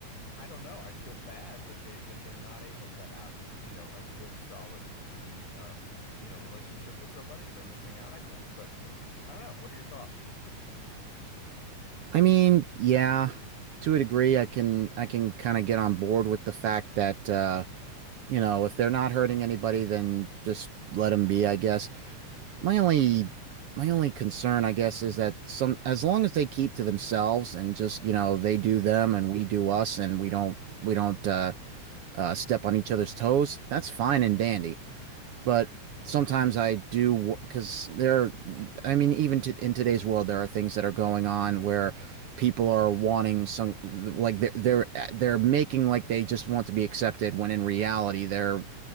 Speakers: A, on the left; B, on the right.
A: I don't know. I feel bad that they that they're not able to have, you know, a good, solid human, um, you know, relationship with somebody. They're missing out, I think. But I don't know. What are your thoughts?
B: I mean, yeah, to a degree, I can I can kind of get on board with the fact that uh, you know, if they're not hurting anybody, then just let them be, I guess. My only my only concern, I guess, is that some as long as they keep to themselves and just, you know, they do them and we do us and we don't we don't uh, uh, step on each other's toes, that's fine and dandy but sometimes
A: Mm-hmm.
B: I do because there, I mean, even to, in today's world, there are things that are going on where people are wanting some, like they're they're they're making like they just want to be accepted when in reality they're